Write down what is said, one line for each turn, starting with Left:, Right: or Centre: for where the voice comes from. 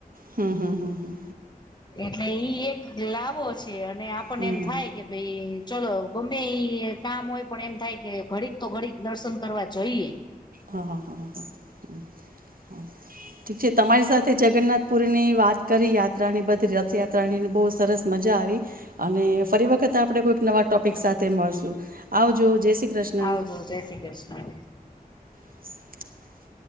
Right: હમ હમ હમ હમમ.
Left: એટલે ઈ એક લાવો છે, અને આપણને
Right: હમ
Left: એમ થાય કે ભાઈ ચલો ગમે એ કામ હોય પણ એમ થાય કે ઘડીક તો ઘડીક દર્શન કરવા જઈએ.
Right: હા હા હા હા હા હમ હ. ઠીક છે, તમારી સાથે જગન્નાથપુર ની વાત કરી યાત્રા ની બધી રથયાત્રા તણીને બહુ સરસ મજા આવી. અને ફરી વખત આપે કોઈક નવા ટોપિક સાથે મળશું આવજો જય શ્રી કૃષ્ણ
Left: આવજો જય શ્રી કૃષ્ણ.
Right: <unintelligible>